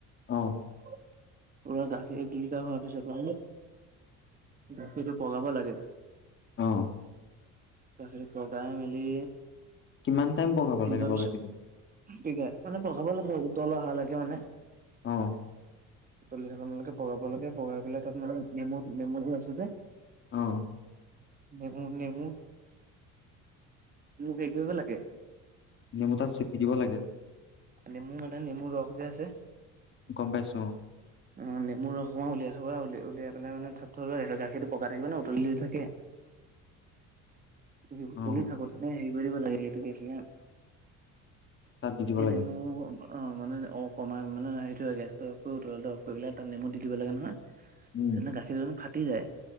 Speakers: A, on the left; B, on the right.
A: অ'।
B: <unintelligible> গাখীৰ এক দুই লিটাৰ হোৱা পিছত গাখীৰটো পগাব লাগে।
A: অ'।
B: গাখীৰটো পগাই মেলি।
A: কিমান টাইম পগাব
B: হেৰি
A: লাগে
B: কৰাৰ
A: বাৰু
B: পিছত
A: গাখীৰটো।
B: কি গাই মানে পগাব লাগে উতল অহালৈকে মানে।
A: অ'।
B: উতলি থাকানৈকে পগাব লাগে পগাই পেলাই তাত মানে নেমু, নেমুটো আছে যে।
A: অ'।
B: নেমু, নেমু হেৰি কৰিব লাগে।
A: নেমু তাত চেপি দিব লাগে।
B: নেমু মানে নেমুৰ ৰস যে আছে।
A: গম পাইছো
B: অ' নেমু ৰস অকন উলিয়াই থবা উলি ওলিয়াই পেলাই মানে থ থবা আহি গাখীৰটো পকাই থাকিব মানে উতলি থাকে। উতলি
A: অ অ
B: থাকো তেনে হেৰি কৰি থাকিব লাগে এইটো <unintelligible>
A: তাত দি দিব লাগে
B: <unintelligible> মানে অকমন <unintelligible> উতলাটো অফ কৰি তাত নমু দি দিব লাগে নহয়
A: উম
B: গাখীৰ ফাটি যায়।